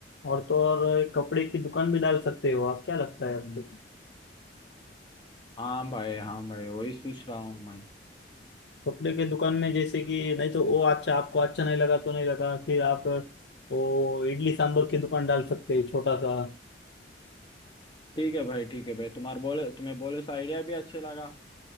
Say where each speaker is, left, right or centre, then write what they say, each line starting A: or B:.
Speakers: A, on the left; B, on the left.
A: और तो और एक कपड़े की दुकान भी डाल सकते हो आप क्या लगता है आपको
B: हाँ भाई हाँ भाई वही सोच रहा हूँ मैं
A: कपड़े के दुकान में जैसे कि नहीं तो वो अच्छा आपको अच्छा नहीं लगा तो नहीं लगा फिर आप तो इडली सांभर की दुकान डाल सकते हैं छोटा सा
B: ठीक है भाई ठीक है भाई तुम्हारे बोले तुम्हें बोले से आइडिया भी अच्छे लगा